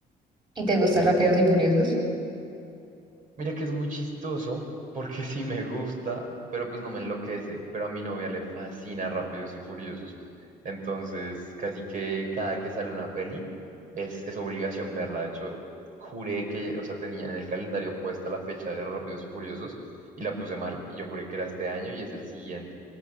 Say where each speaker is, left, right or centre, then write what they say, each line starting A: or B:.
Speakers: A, on the right; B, on the right.
A: ¿Y te gusta Rápidos y Furiosos?
B: Mira que es muy chistoso porque <laughs> sí me gusta, pero pues no me enloquece. Pero a mi novia le fascina Rápidos y Furiosos. Entonces, casi que cada que sale una peli es, es obligación verla. De hecho, juré que, o sea, tenía en el calendario puesta la fecha de Rápidos y Furiosos y la puse mal. Y yo juré que era este año y es el siguiente.